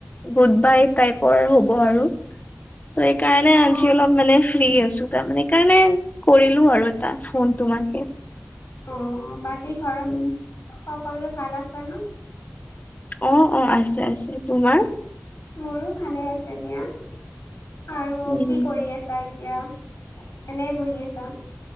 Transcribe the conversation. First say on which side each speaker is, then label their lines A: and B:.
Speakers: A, on the left; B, on the left.
A: গুড বাই টাইপৰ হ'ব আৰু ত' সেইকাৰণে
B: অ'
A: আজি অলপ মানে ফ্ৰী আছোঁ তাৰমানে সেইকাৰণে, কৰিলো আৰু এটা ফোন তোমাকে।
B: অ, বাকী ঘৰত
A: উম
B: সকলোৱে ভাল আছে ন
A: অ অ আছে আছে তোমাৰ?
B: মোৰো ভালে আছে দিয়া আৰু
A: উম
B: কি কৰি আছা? এতিয়া এনে বহি আছা।